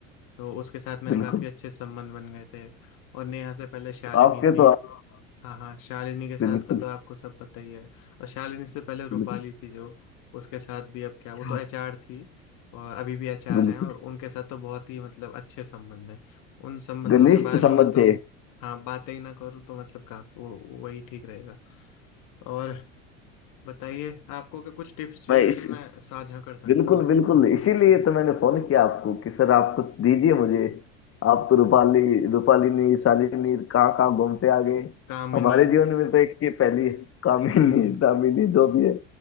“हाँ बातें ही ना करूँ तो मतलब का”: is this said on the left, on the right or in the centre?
Left